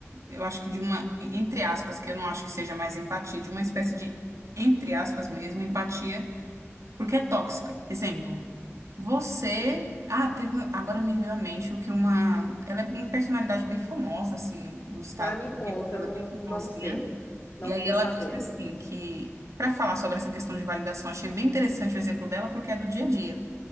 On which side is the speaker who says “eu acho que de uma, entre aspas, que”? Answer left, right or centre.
Right